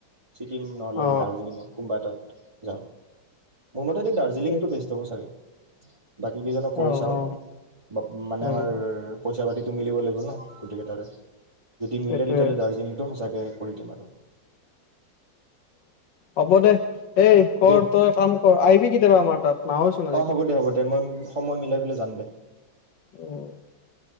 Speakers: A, on the right; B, on the left.
A: ছিকিম নহ'লে
B: অ
A: দাৰ্জিলিঙত কোনোবা এতাত যাওঁ মোৰ মতেতো দাৰ্জিলিংটো
B: সেই
A: বেষ্ট হব চাগে। বাকী কেইজনক কৰি
B: অ
A: চাও
B: অ
A: বা মানে
B: উম
A: আমাৰ পইচা-পাতি ত' মিলিব লাগিব ন গোটেইকেইটাৰে যদি
B: সেইটোৱে
A: মিলে তেতিয়াহলে দাৰ্জিলিংটো সচ তাকে কৰি দিম আৰু
B: হ'ব দে এই কৰ
A: দে
B: তই কাম কৰ আহিবি কেতিয়াবা আমাৰ তাত নাহয়চোন আজিকালি
A: অঁ হ'ব দে হ'ব দে মই সময় মিলা যাম দে
B: উম,